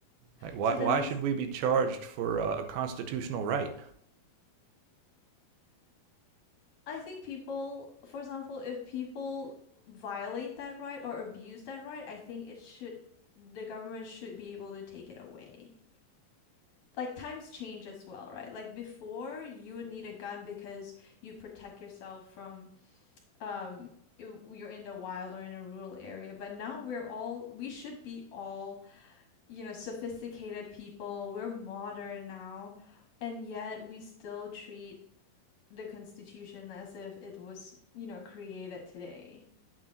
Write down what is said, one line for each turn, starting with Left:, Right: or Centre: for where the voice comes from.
Right: Like, why,
Left: So that
Right: why
Left: means
Right: should we be charged for uh, a constitutional right?
Left: I think people, for example, if people violate that right or abuse that right, I think it should, the government should be able to take it away. Like times change as well, right? Like before, you would need a gun because you protect yourself from um you're in the wild or in a rural area but now we're all we should be all you know sophisticated people we're modern now and yet we still treat the constitution as if it was you know created today